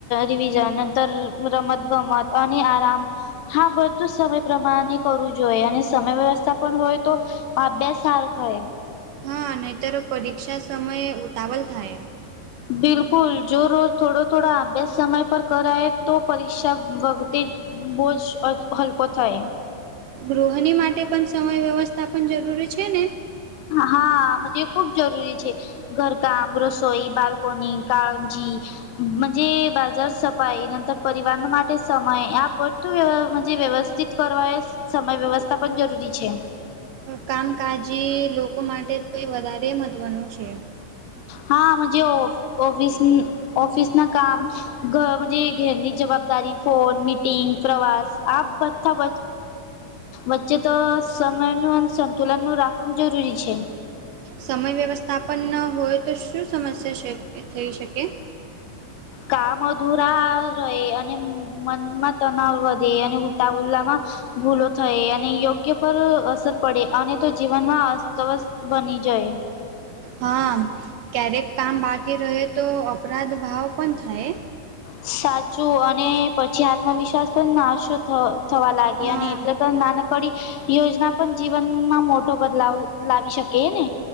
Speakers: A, on the left; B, on the right.
A: રિવિઝન નંતર રમત ગમત અને આરામ. હા, બતું જ સમય પ્રમાણે. કરવું જોઈએ, અને સમય વ્યવસ્થા પણ હોય તો, અભ્યાસ સારો થાય.
B: <unintelligible>
A: બિલકુલ, જો રોજ થોડો થોડો આપે સમય પર કરાય. તો પરીક્ષા વખતે બોજ અ-હલ્પ થાઈ.
B: ગૃહાની માટે પણ સમય વ્યવસ્થાપન જરૂરી છે ને.
A: હા, આમાં જ ખુબ જરૂરી છે. ઘરકામ રસોઈ બાલ્કોની કાળંજી. જે બાજાર સપાય નંતર પરિવાહન માટે સમય આ બ <unintelligible> વ્યવસ્થિત કરવા, એ સમય વ્યવસ્થા પણ જરૂરી છે.
B: કામકાજી લોકો માટે તો એ વધારે મહત્ત્વનું છે.
A: હા, જ ઓફિસ ઓફિસ ના કામ ઘજ ઘેરની જવાબદારી <unintelligible> ફોન મીટિંગ પ્રવાસ આ બથા બચ્ચે તો સમય નું અને સંતુલન નું રાખવું જરૂરી છે.
B: સમય વ્યવસ્થાપન ન હોય, તો શું સમસ્યા શ-થઈ શકે? <inaudible>
A: કા મધુરા... રહે અને મનમાં તનાવ વધે અને ઉતાવલામાં ભૂલો થાય અને યોગ્ય પર અસર પડે અને તો જીવનમાં અસ્તવસ્ત બની જાય.
B: હા, ક્યારેક કામ બાકી રહે, તો અપરાધ ભાવ કો થાય.
A: સાચું અને પછી આત્મવિશ્વાસ પણ ના થવા લાગી
B: હા.
A: અને એટલે તો નાનકડી યોજના પણ જીવનમાં મોટો બદલાવ લાવી શકે ને.